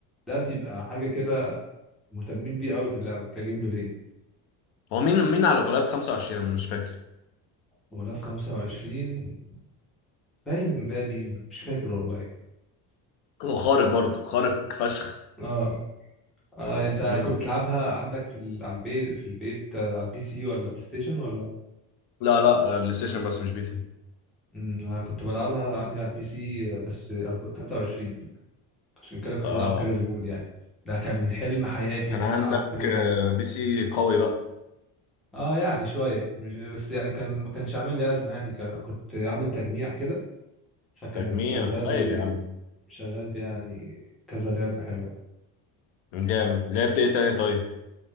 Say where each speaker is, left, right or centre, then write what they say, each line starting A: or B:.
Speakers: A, in the centre; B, on the left (about 55°).
A: ده بيبقى حاجه كده مهتمين بيه قوي في اللعبه كجيم بلاي
B: هو مين مين على غلاف 25 انا مش فاكر
A: غلاف 25 باين امبابي مش فاكر والله
B: هو خارق برضه خارق فشخ
A: اه آه، انت
B: مم.
A: كنت بتلعبها عندك في ال... على البيت في البيت آه، على البي سي ولا بلاي ستيشن ولا
B: لا لا آه، بلاي ستيشن بس مش بي
A: امم انا كنت بلعبها عندي على البي سي آه، بس أرب- 23 عشان كده كنت
B: سي
A: بلعب كارير مود يعني ده كان من حلم حياتي
B: كان
A: ان
B: عندك
A: انا العب كارير
B: آه،
A: مود
B: بي سي قوي بقى
A: اه يعني شويه مش بس يعني كان ما كانش عامل لي ازمه يعني كان... كنت عامل تجميع كده فكان
B: تجميع
A: مشغل
B: طيب
A: لي
B: يا عم
A: مشغل لي يعني كذا لعبه حلوه يعني.
B: جامد لعبت ايه تاني طيب